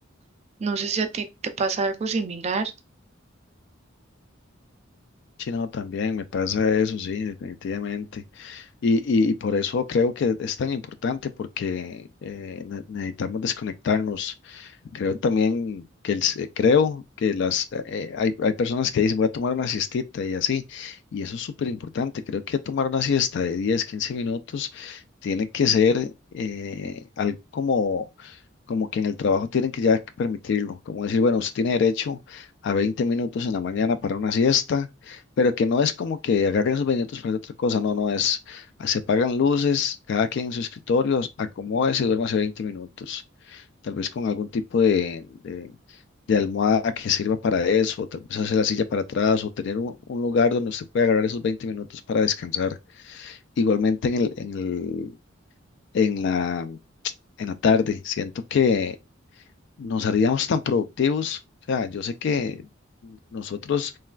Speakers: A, on the right; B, on the left.
A: No sé si a ti te pasa algo similar.
B: Sí, no, también me pasa eso, sí, definitivamente. Y, y, y por eso creo que es tan importante porque eh, ne- necesitamos desconectarnos. Creo también que el, se- creo que las eh, hay, hay personas que dicen voy a tomar una siestita y así, y eso es súper importante. Creo que tomar una siesta de 10 15 minutos tiene que ser eh, algo como, como que en el trabajo tienen que ya permitirlo, como decir, bueno, usted tiene derecho a 20 minutos en la mañana para una siesta, pero que no es como que agarren esos 20 minutos para hacer otra cosa, no, no es, se apagan luces, cada quien en su escritorio, acomódese y duérmase 20 minutos tal vez con algún tipo de, de- de almohada que sirva para eso, o tal vez hacer la silla para atrás, o tener un, un lugar donde usted pueda agarrar esos 20 minutos para descansar. Igualmente en el, en el, en la, en la tarde, siento que nos haríamos tan productivos. O sea, yo sé que nosotros